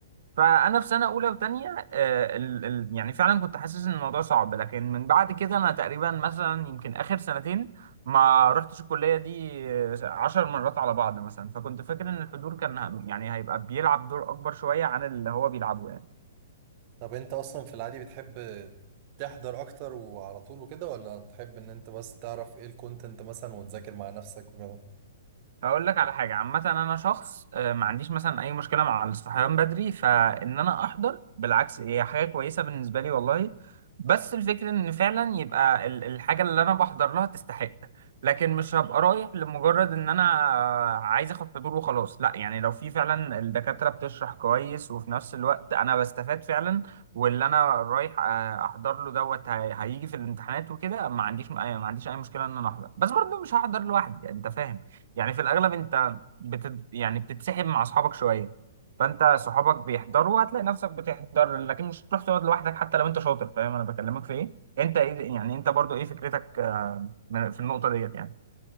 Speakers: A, on the right (about 60°); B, on the right (about 40°).
A: فانا في سنه اولى وثانيه ال ال يعني فعلا كنت حاسس ان الموضوع صعب لكن من بعد كده انا تقريبا مثلا يمكن اخر سنتين ما رحتش الكليه دي آه، عشر مرات على بعض مثلا فكنت فاكر ان الحضور كان ه- يعني هيبقى بيلعب دور اكبر شويه عن اللي هو بيلعبه يعني
B: طب انت اصلا في العادي بتحب تحضر اكتر وعلى طول وكده ولا تحب ان انت بس تعرف ايه الكونتنت مثلا وتذاكر مع نفسك وكده
A: هقول لك على حاجة عامة أنا شخص آه، ما عنديش مثلا أي مشكلة مع الصحيان بدري فإن أنا أحضر بالعكس هي حاجة كويسة بالنسبة لي والله بس الفكرة إن فعلا يبقى ال- الحاجة اللي أنا بحضر لها تستحق لكن مش هبقى رايح لمجرد إن أنا آه، عايز آخد حضور وخلاص لا يعني لو في فعلا الدكاترة بتشرح كويس وفي نفس الوقت أنا بستفاد فعلا واللي أنا رايح آه، أحضر له دوت هي- هيجي في الامتحانات وكده ما عنديش ما عنديش أي مشكلة إن أنا أحضر بس برضه مش هحضر لوحدي يعني أنت فاهم يعني في الاغلب انت بت يعني بتتسحب مع اصحابك شويه فانت صحابك بيحضروا هتلاقي نفسك بتحضر لكن مش هتروح تقعد لوحدك حتى لو انت شاطر فاهم انا بكلمك في ايه انت ايه يعني انت برضو ايه فكرتك آه، من- في النقطه ديت يعني